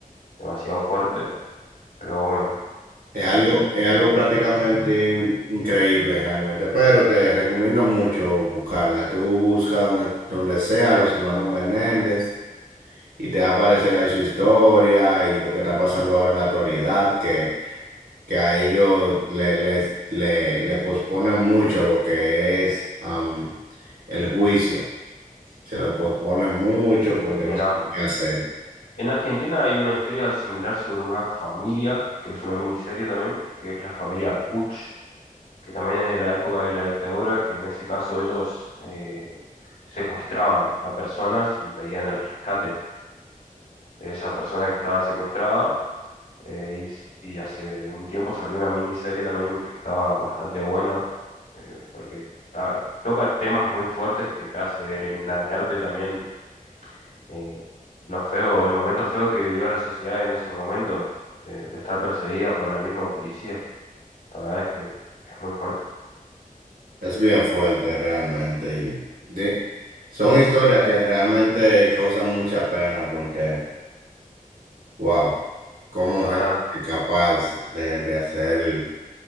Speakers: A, on the left; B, on the right.
A: demasiado fuerte. Pero bueno,
B: Es
A: em,
B: algo, es algo prácticamente increíble realmente, pero te recomiendo mucho buscarla. Tú busca donde, donde sea los hermanos Menéndez y te va a aparecer ahí su historia y lo que está pasando ahora en la actualidad, que, que a ellos le, les, le, le posponen mucho lo que es am, el juicio. Se lo posponen mucho porque
A: mira.
B: no saben qué hacer.
A: En Argentina hay una historia similar sobre una familia, que es una miniserie también, que es la familia Puch, que también es de la época de la dictadura, que en ese caso ellos eh, secuestraban a personas y pedían el rescate de esa persona que estaba secuestrada. eh, y, y hace un tiempo salió una miniserie también que está bastante buena, eh, porque ta- toca temas muy fuertes que te hace replantearte también eh, lo feo, el momento feo que vivió la sociedad en ese momento, eh, de estar perseguida por la misma policía. La verdad es que es muy fuerte.
B: Es bien fuerte realmente. y de- son historias que realmente causan mucha pena porque, wow, cómo
A: Total.
B: gente capaz de, de hacer